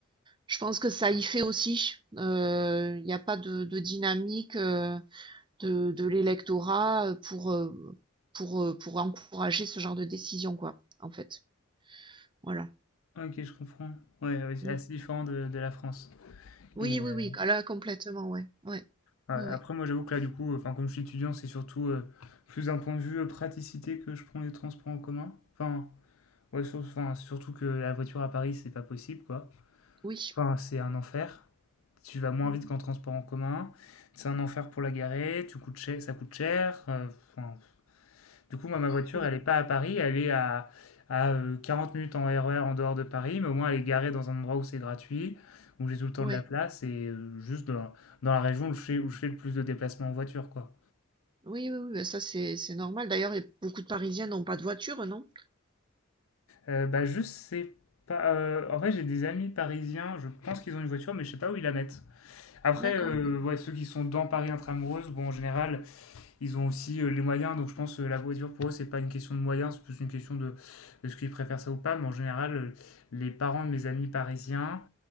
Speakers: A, on the right; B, on the left.
A: je pense que ça y fait aussi. Euh, Il euh, n'y a pas de, de dynamique euh, de, de l'électorat pour, euh, pour, euh, pour encourager ce genre de décision, quoi, en fait. Voilà.
B: Ah, OK, je comprends. Ouais, ouais, c'est
A: Mm.
B: assez différent de de la France
A: Oui,
B: et
A: oui,
B: heu,
A: oui. Ah Là, complètement, ouais. Ouais.
B: a
A: Oui, oui.
B: après moi j'avoue que là du coup, euh, enfin comme je suis étudiant, c'est surtout, heu, plus d'un point de vue, heu, praticité que je prends les transports en commun. Enfin, ouais sur enfin surtout que la voiture à Paris, c'est pas possible quoi.
A: Oui.
B: Enfin, c'est un enfer. Tu vas moins
A: Mm.
B: vite qu'en transport en commun. C'est un enfer pour la garer, tu coûtes cher ça coûte cher, heu, enfin Du coup, moi, ma voiture,
A: Oui.
B: elle n'est pas à Paris, elle est à, à euh, 40 minutes en RER en dehors de Paris, mais au moins elle est garée dans un endroit où c'est gratuit, où j'ai tout le temps
A: Ouais.
B: de la place, et euh, juste dans, dans la région où je fais, où je fais le plus de déplacements en voiture, quoi.
A: Oui, oui, oui. bah Ça, c'est, c'est normal. D'ailleurs, il y a beaucoup de Parisiens n'ont pas de voiture, non?
B: Euh, bah, je sais pas. euh, en vrai, j'ai des amis parisiens, je pense qu'ils ont une voiture, mais je sais pas où ils la mettent. Après,
A: D'accord,
B: euh,
A: ouais.
B: ouais, ceux qui sont dans Paris intramuros, bon, en général, Ils ont aussi euh, les moyens, donc je pense que la voiture pour eux, c'est pas une question de moyens, c'est plus une question de est-ce qu'ils préfèrent ça ou pas. Mais en général, euh, les parents de mes amis parisiens